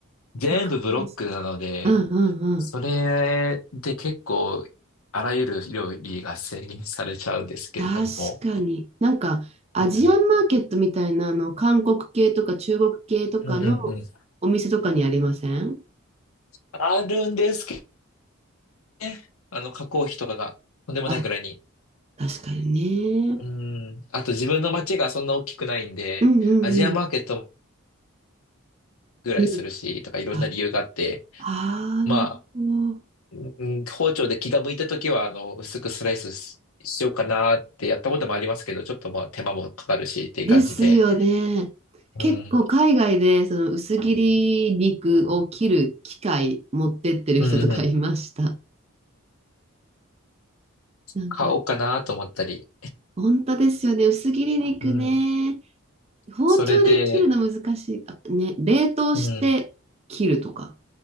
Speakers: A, on the left; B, on the right.
A: 全部ブロックなので、
B: わかります。うんうんうん。
A: それで結構、あらゆる料理が制限されちゃうんですけれども。
B: 確かに。なんか、アジアンマーケットみたいな、
A: うん
B: あの、韓国系とか中国系とかの
A: うんうんうん。
B: お店とかにありません
A: あるんですけどね。あの、加工費とかがとんでもないくらいに。
B: あ、確かにね。
A: うん。あと自分の街がそんな大きくないんで、
B: うんうんうん。
A: アジアマーケットぐらいするし、
B: うん。
A: とかいろんな理由があって、
B: あ、あー、
A: まあ、
B: なるほど。
A: うん包丁で気が向いたときは、あの、薄くスライスししようかなってやったこともありますけど、ちょっとまあ手間もかかるしっていう感じで、
B: ですよね。
A: うん、
B: 結構海外でその薄切り肉を切る機械持ってってる人とかいました。
A: うん、うん、
B: なんか、
A: 買おうかなと思ったり、
B: 本当ですよね。薄切り肉ね。
A: うん、
B: 包丁で切るの難しい。
A: それで、
B: あ、ね、冷凍して切るとか。
A: うん、